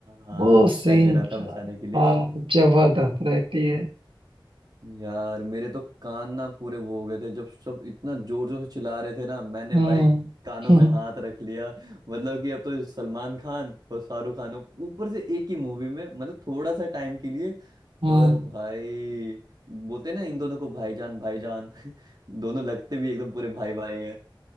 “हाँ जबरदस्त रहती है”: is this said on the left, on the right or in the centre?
Right